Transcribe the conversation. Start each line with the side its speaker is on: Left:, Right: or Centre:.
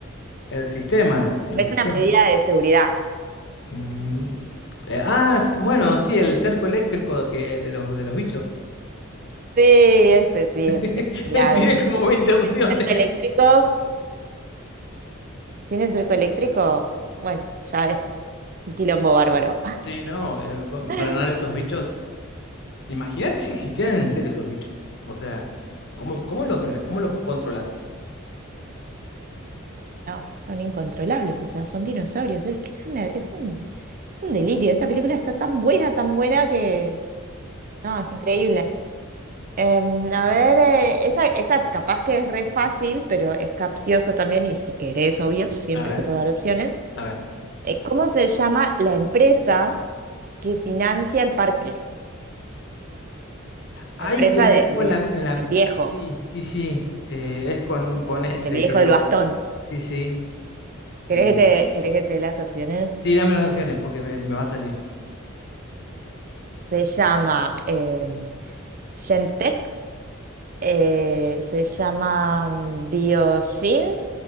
Left: el sistema, el
Right: Es
Left: sistema.
Right: una medida de seguridad.
Left: Mm, Eh, ah, sí, bueno, sí, el cerco eléctrico que, de los, de los bichos.
Right: Sí, ese sí
Left: <laughs>
Right: es, es clave
Left: Le tiré como
Right: eso, porque
Left: 20
Right: sin
Left: opciones.
Right: el cerco eléctrico Sin el cerco eléctrico, bueno, ya es un quilombo bárbaro.
Left: Sí, no, eh, con-
Right: <laughs>
Left: frenar esos bichos. Imagínate si existieran en serio esos bichos. O sea, ¿cómo, cómo lo frenas? ¿Cómo lo controlas?
Right: No, son incontrolables, o sea, son dinosaurios. Es que es una- es un, es un delirio. Esta película está tan buena, tan buena que... No, es increíble. Em, a ver, eh, esta, esta capaz que es re fácil, pero es capciosa también y si querés, obvio, siempre
Left: A ver,
Right: te puedo dar opciones.
Left: a ver.
Right: Eh, ¿cómo se llama la empresa que financia el parque?
Left: Ay,
Right: La empresa
Left: la
Right: de,
Left: tengo
Right: de-
Left: en la, en la...
Right: del viejo,
Left: Sí, sí, sí. eh, es con, con
Right: del
Left: S,
Right: del viejo
Left: creo.
Right: del bastón.
Left: Sí, sí.
Right: ¿Querés
Left: eh,
Right: que te, querés que te dé las opciones?
Left: sí, dame las opciones porque me, me va a salir.
Right: Se llama eh, Shentech, eh, se llama Biosin